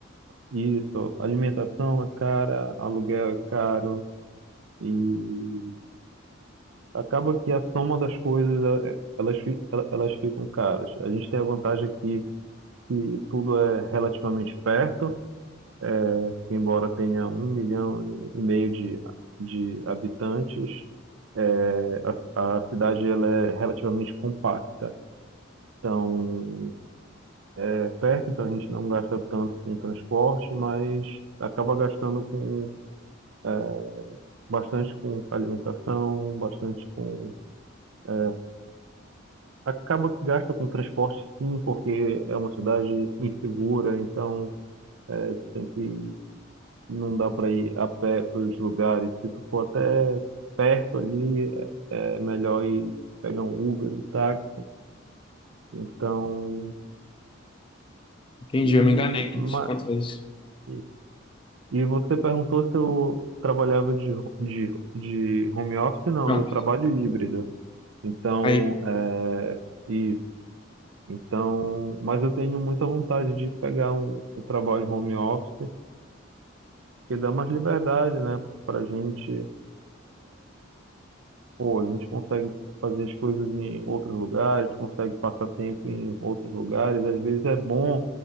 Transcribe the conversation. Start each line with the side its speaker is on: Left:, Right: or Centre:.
Right: Isso, alimentação é cara, aluguel é caro e acaba que a soma das coisas é, é, elas, fi- elas ficam caras. A gente tem a vantagem aqui que tudo é relativamente perto, é, embora tenha um milhão e meio de, de habitantes, é, a, a cidade ela é relativamente compacta. Então, é perto, então a gente não gasta tanto com transporte, mas acaba gastando com é, bastante com alimentação, bastante com é, acaba que gasta com transporte sim, porque é uma cidade insegura, então é, tem que não dá para ir a pé para os lugares. Se tu for até perto ali, é é melhor ir pegar um Uber, um táxi. Então,
Left: Entendi,
Right: e,
Left: eu me enganei
Right: ma-
Left: Isso, quanto a isso.
Right: e e você perguntou se eu trabalhava de, ho- de, de home office? Não,
Left: Não,
Right: eu trabalho híbrido. Então,
Left: Aí,
Right: é, isso. Então, mas eu tenho muita vontade de pegar um, um trabalho home office, que dá mais liberdade, né, para gente Pô, a gente consegue fazer as coisas em outros lugares, consegue passar tempo em outros lugares. Às vezes é bom,